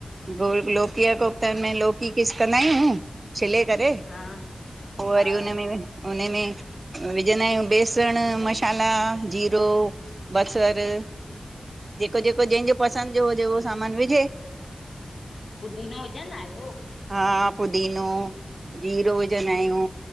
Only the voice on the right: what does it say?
गोल लोकीय कोफ्तन में लोकी किस कंदा आहियूं छिले करे
पो वरी
उन्हे में उन्हेमें विझंदा आहियूं बेसंण, मसाला, जीरो, बसरु जेको- जेको जंहिंजो पसंदि जो हुजे उहो सामान विझे
हा पुदीनो, जीरो विझंदा आहियूं